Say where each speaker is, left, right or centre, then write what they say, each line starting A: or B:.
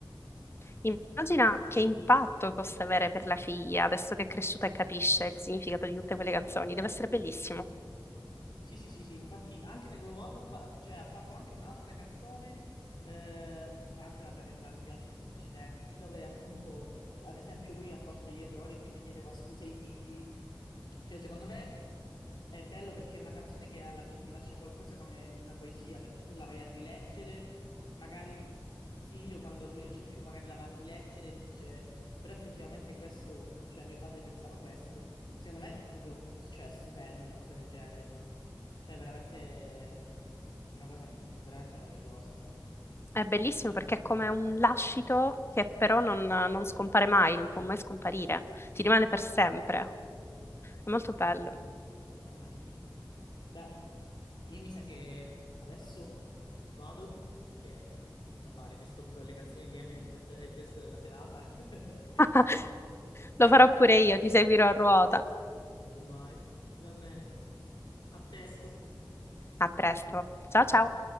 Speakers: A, on the left; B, on the left.
A: Immagina che impatto possa avere per la figlia adesso che è cresciuta e capisce il significato di tutte quelle canzoni. Deve essere bellissimo.
B: Sì, sì, sì, sì, infatti anche nel nuovo album, pa- cioè ha fatto anche un'altra canzone, eh, e anche vabbè, nella- negli album precedenti, dove appunto, ad esempio, lui ha fatto degli errori, quindi chiedeva scuse ai figli. Cioè, secondo me è bello perché è una canzone che alla fine ti lascia qualcosa come una poesia, perché tu la vai a rileggere, magari un figlio quando lui non c'è più, magari la va a rileggere e dice, però effettivamente questo, cioè mio padre pensava questo. Secondo me è proprio, cioè, stupendo una cosa del genere. Cioè, veramente mm, una cosa mm, veramente meravigliosa.
A: È bellissimo perché è come un lascito che però non, non scompare mai, non può mai scomparire. Ti rimane per sempre. È molto
B: Esattamente,
A: bello.
B: esattamente. Beh, io mi sa che adesso vado, che ho da fare, mi ascolterò le canzoni di Eminem per il resto della serata. <laughs>
A: <laughs> Lo farò pure io, ti seguirò a ruota.
B: Vai, va bene. A presto.
A: A presto. Ciao
B: Ciao.
A: ciao.